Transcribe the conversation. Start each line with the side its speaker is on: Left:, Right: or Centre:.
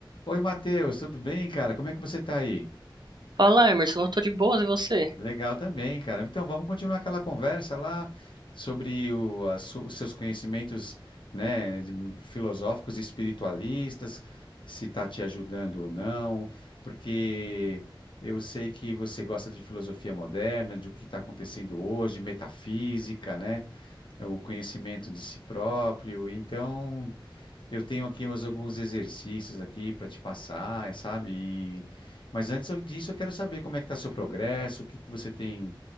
Left: Oi, Matheus, tudo bem, cara? Como é que você tá aí?
Right: Fala, Emerson, eu tô de boas e você?
Left: Legal também, cara. Então, vamos continuar aquela conversa lá sobre o- a su- os seus conhecimentos, né, de- filosóficos e espiritualistas, se está te ajudando ou não, porque eu sei que você gosta de filosofia moderna, de o que está acontecendo hoje, metafísica, né, o conhecimento de si próprio. Então, eu tenho aqui mais alguns exercícios aqui para te passar, é, sabe? E- Mas antes eu- disso, eu quero saber como é que está seu progresso, o que que você tem,